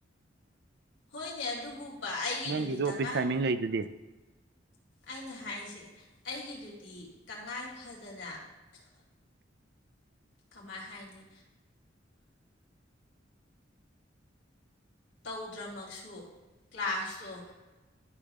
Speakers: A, on the left; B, on the right.
A: ꯍꯣꯏꯅꯦ ꯑꯗꯨꯕꯨ ꯑꯩꯒꯤꯗꯨꯗꯤ
B: ꯅꯪꯒꯤꯁꯨ ꯑꯣꯐꯤꯁ
A: ꯇꯉꯥꯏ
B: ꯇꯥꯏꯃꯤꯡ ꯂꯩꯗꯨꯗꯤ
A: ꯑꯩꯅ ꯍꯥꯏꯁꯦ ꯑꯩꯒꯤꯗꯨꯗꯤ ꯇꯉꯥꯏ ꯐꯗꯅ ꯀꯃꯥꯏ ꯍꯥꯏꯅꯤ ꯇꯧꯗ꯭ꯔꯃꯛꯁꯨ ꯀ꯭ꯂꯥꯁꯇꯣ